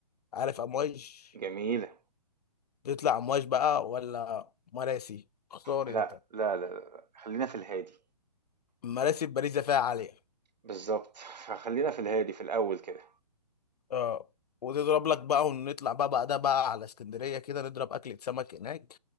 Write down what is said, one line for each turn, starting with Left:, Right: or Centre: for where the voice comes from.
Left: عارف امواج
Right: جميلة
Left: تطلع امواج بقى ولا مراسي اختار
Right: لا
Left: انت
Right: لا لا لا خلينا في الهادي
Left: مراسي في باريس فيها عاليه
Right: بالظبط <laughs> خلينا في الهادي في الأول كده
Left: اه وتضرب لك بقى ونطلع بقى بعدها بقى على اسكندريه كده نضرب اكله سمك هناك